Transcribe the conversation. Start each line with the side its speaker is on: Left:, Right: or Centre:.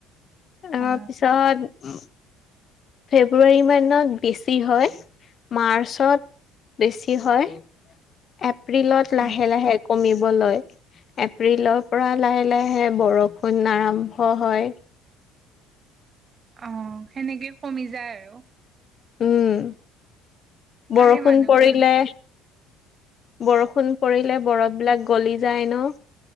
Left: তাৰপিছত
Right: অ
Left: ফেব্ৰুৱাৰী মাহত বেছি হয়। মাৰ্চত বেছি হয়। এপ্ৰিলত লাহে
Right: অ
Left: লাহে কমিব লয়। এপ্ৰিলৰ পৰা লাহে লাহে বৰষুণ আৰম্ভ হয়।
Right: অ', সেনেকে কমি যায় আৰু।
Left: উম,
Right: তাৰে
Left: বৰষুণ
Right: মানুহবোৰ
Left: পৰিলে বৰষুণ পৰিলে বৰফবিলাক গলি যায় ন!